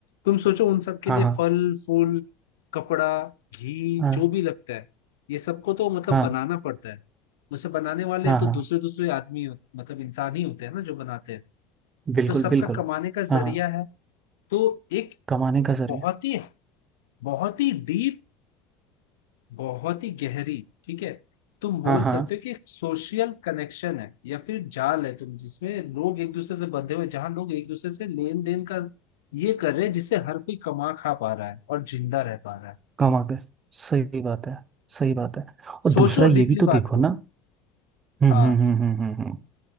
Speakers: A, on the left (about 85°); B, on the right (about 35°).
A: तुम सोचो उन सब के
B: हाँ
A: लिए
B: हाँ
A: फल फूल कपड़ा घी
B: हाँ
A: जो भी लगता है ये सबको तो मतलब
B: हाँ
A: बनाना पड़ता है उसे बनाने वाले
B: हाँ
A: तो
B: हाँ
A: दूसरे दूसरे आदमी हो- मतलब इंसान ही होते हैं ना जो बनाते हैं
B: बिल्कुल
A: तो सबका
B: बिल्कुल
A: कमाने का
B: हाँ
A: जरिया
B: हाँ
A: है तो एक
B: कमाने का जरिया
A: बहुत ही बहुत ही डीप बहुत ही गहरी ठीक है तुम बोल
B: हाँ हाँ
A: सकते हो कि एक सोशल कनेक्शन है या फिर जाल है तुम जिसमें लोग एक दूसरे से बंधे हुए हैं, जहां लोग एक दूसरे से लेन देन का ये कर रहे हैं जिससे हर कोई कमा खा पा रहा है और जिंदा रह पा रहा है
B: कमा के सही बात है सही बात है और
A: सोचो
B: दूसरा ये
A: डीपली
B: भी तो
A: बात
B: देखो
A: को
B: ना हम्म
A: हाँ
B: हम्म हम्म हम्म हम्म हम्म।